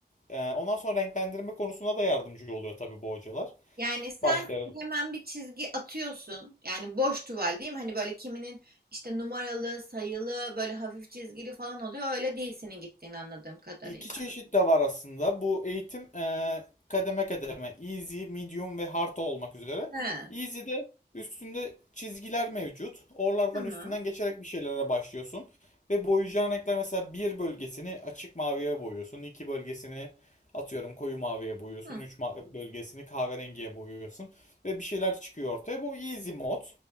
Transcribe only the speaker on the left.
Eee, ondan sonra renklendirme konusunda da yardımcı oluyor tabii bu hocalar.
Başları.
İki çeşit de var aslında. Bu eğitim e, kademe kademe easy, medium ve hard olmak üzere.
Easy'de üstünde çizgiler mevcut. Oralardan
üstünden geçerek bir şeylere başlıyorsun. Ve boyayacağın renkler mesela bir bölgesini açık maviye boyuyorsun. iki bölgesini atıyorum koyu maviye boyuyorsun.
Üç bölgesini kahverengiye boyuyorsun. Ve bir şeyler çıkıyor ortaya. Bu easy mod.